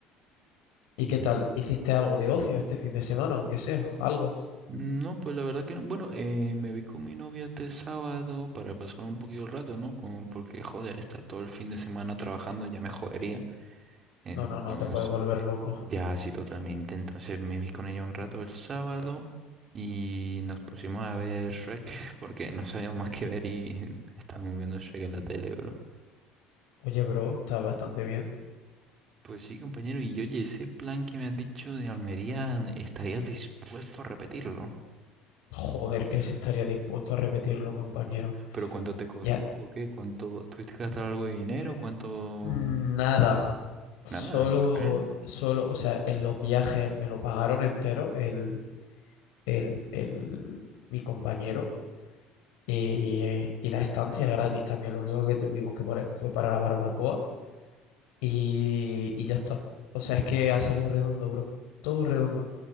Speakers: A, on the left; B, on the right.
A: ¿Y
B: Y
A: qué tal? ¿Hiciste algo de ocio este fin de semana, aunque sea? ¿Algo?
B: no, pues la verdad que no. Bueno, eh, me vi con mi novia este sábado para pasar un poquito el rato, ¿no? Como porque, joder, estar todo el fin de semana trabajando ya me jodería. Entonces,
A: No, no, no, te puedes volver loco.
B: ya sí, totalmente. Entonces me vi con ella un rato el sábado y nos pusimos a ver Shrek <laughs> porque no sabíamos más que ver y <laughs> estábamos viendo Shrek en la tele, bro.
A: Oye, bro, está bastante bien.
B: Pues sí, compañero, y oye, ese plan que me has dicho de Almería, ¿estarías dispuesto a repetirlo?
A: Joder, que si estaría dispuesto a repetirlo, compañero.
B: ¿Pero cuánto te costó
A: Ya,
B: o qué? ¿Cuánto tuviste que gastar algo de dinero?
A: eh,
B: ¿Cuánto?
A: nada. Solo,
B: Nada, ¿por qué?
A: solo, o sea, en los viajes me lo pagaron entero, el, el, el- mi compañero y, y la estancia gratis también. Lo único que tuvimos que poner fue para la barbacoa y, y ya está. O sea, es que ha salido redondo, bro. Todo redondo.